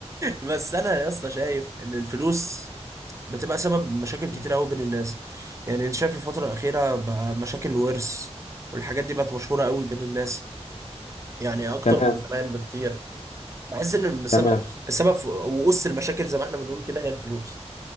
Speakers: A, on the right (about 25°); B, on the left (about 75°).
A: بس انا يا اسطى شايف ان الفلوس بتبقى سبب مشاكل
B: <laughs>
A: كتير قوي بين الناس يعني انت شايف الفترة الأخيرة بقى مشاكل الورث والحاجات دي بقت مشهورة قوي بين الناس يعني اكتر
B: تمام
A: من زمان بكتير بحس ان السبب
B: تمام
A: السبب في وقص المشاكل زي ما احنا بنقول كده هي الفلوس